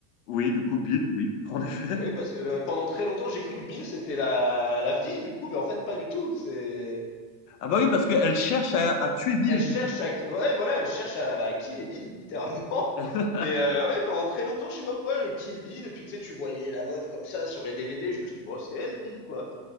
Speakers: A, on the left; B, on the left.
A: oui, du coup Bill, oui, en effet.
B: Oui, parce que euh, pendant très longtemps, j'ai cru que Bill, c'était la, la fille, du coup, mais en fait, pas du tout. C'est...
A: Ah bah oui, parce qu'elle cherche à, à tuer Bill,
B: Elle cherche
A: du coup.
B: à... qui- Ouais, voilà, elle cherche à, bah, kill et Bill, littéralement.
A: <laughs>
B: <laughs> Mais euh, ouais, pendant très longtemps, je sais pas pourquoi, le Kill Bill, et puis tu sais, tu voyais la meuf comme ça sur les DVD, je me suis dit, bon, c'est elle, Bill, quoi.